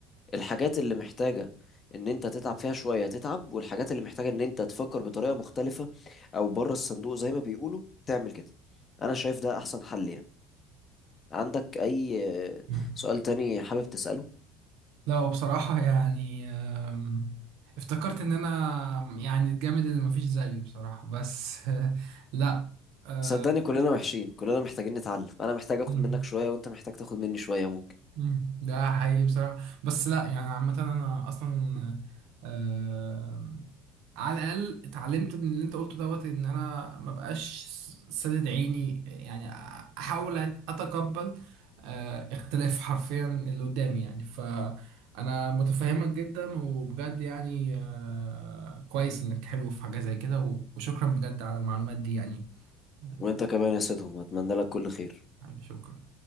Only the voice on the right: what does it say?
مم.
لا هو بصراحة يعني آم، افتكرت ان انا يعني الجامد اللي مفيش زيه بصراحة بس <laughs> لا آه،
مم.
مم. ده حقيقي بصراحة بس لا يعني عامة أنا أصلا آه على الأقل اتعلمت من اللي أنت قلته دوت إن أنا مبقاش سادد عيني يعني أحاول أتقبل آه اختلاف حرفيا اللي قدامي يعني فأنا متفهمك جدا وبجد يعني آه كويس إنك حلو في حاجة زي كده و- وشكرا بجد على المعلومات دي يعني آه،
حبيبي شكرا